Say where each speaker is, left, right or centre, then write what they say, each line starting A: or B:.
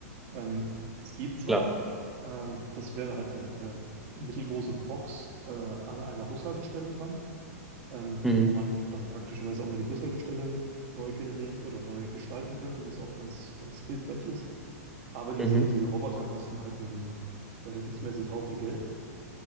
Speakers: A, on the right; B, in the centre.
A: Ähm, es gibt zwar,
B: klar,
A: äh, das wäre halt eine, eine mittelgroße Box äh, an einer Bushaltestelle dran, ähm,
B: mhm,
A: wo man dann praktischerweise auch mal die Bushaltestelle neu generieren oder neu gestalten könnte, was auch ganz, ganz hilfreich ist. Aber diese,
B: mhm,
A: diese Roboter kosten halt einen verhältnismäßig Haufen Geld.